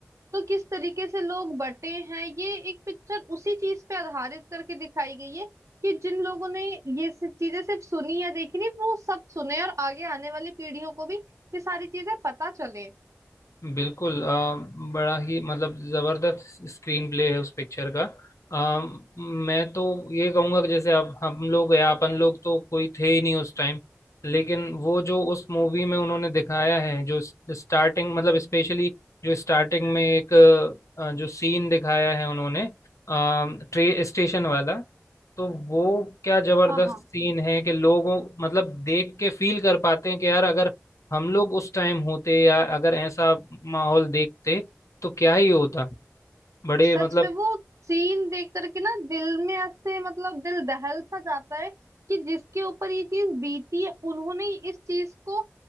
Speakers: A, on the right (about 80°); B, on the left (about 80°).
A: तो किस तरीके से लोग बटे हैं ये एक पिक्चर उसी चीज पे आधारित करके दिखाई गई है कि जिन लोगों ने ये सब चीजें सिर्फ सुनी या देखी नहीं वो सब सुने और आगे आने वाली पीढ़ियों को भी ये सारी चीजें पता चले
B: बिल्कुल अ, बड़ा ही मतलब जबरदस्त स्क्रीन प्ले है उस पिक्चर का अ, मैं तो ये कहूंगा कि जैसे अब हम लोग या अपन लोग तो कोई थे ही नहीं उस टाइम लेकिन वो जो उस मूवी में उन्होंने दिखाया है जो स्टार्टिंग मतलब स्पेशली जो स्टार्टिंग में एक अ, जो सीन दिखाया है उन्होंने अ, ट्रे स्टेशन वाला तो वो क्या जबरदस्त
A: हाँ हाँ
B: सीन है कि लोगों मतलब देख के फील कर पाते हैं कि यार अगर हम लोग उस टाइम होते या अगर ऐसा माहौल देखते तो क्या ही होता बड़े
A: सच
B: मतलब
A: में वो सीन देख करके ना दिल में ऐसे मतलब दिल दहल सा जाता है कि जिसके ऊपर ये चीज बीती है उन्होंने इस चीज को